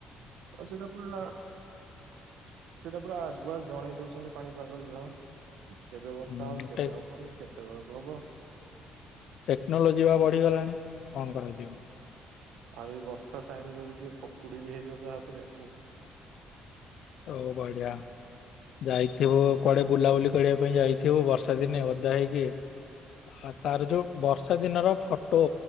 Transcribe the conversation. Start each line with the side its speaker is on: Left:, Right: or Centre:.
Right: ଆଉ ସେଇଟା ପୁରା ସେଇଟା ପୁରା ଆଗୁଆ ଜଣେଇ ଦଉଛନ୍ତି। ପାଣିପାଗ ବିିବାହ କେବେ ବର୍ଷା
Left: ହୁଁ
Right: ହବ? କେବେ
Left: ଟେ
Right: ହବନି? କେତେ ବଳକୁ ହବ?
Left: ଟେକ୍ନୋଲୋଜି ବା ବଢିଗଲାଣି କଣ
Right: ହୁଁ
Left: କରାଯିବ?
Right: ଆଉ ଏଇ ବର୍ଷା ଟାଇମରେ ଯଦି ଟିକେ ପକୁଡି ବି ହେଇଯିବ ତା ହାତରେ ଓ
Left: ହଉ ବଢିଆ ଯାଇଥିବୁ କୁଆଡେ ବୁଲାବୁଲି କଡିଆ ପାଇଁ ଯାଇଥିବୁ ବର୍ଷା ଦିନେ ଓଧା ହେଇକି । ହ ତାର ଯୋଉ ବର୍ଷା ଦିନର ଫଟୋ